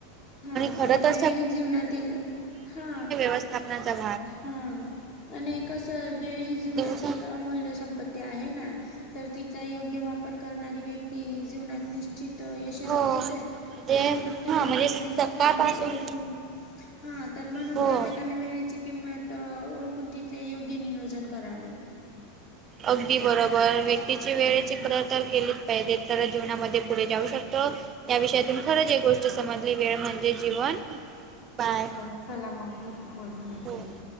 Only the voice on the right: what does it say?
खर
तर
व्यस्थापनाचाग
दिवसा
हो
म्हणजे
हा म्हणजे
सकाळपासून
हो
अगदी बरोबर व्यक्तीची वेळेचीित्र
तर केली पाहिले तर जीवनामध्ये पुढे जाऊ शकतो या विषयातून खरंच एक गोष्ट समजली वेळ म्हणजे जीवन बाय
हो.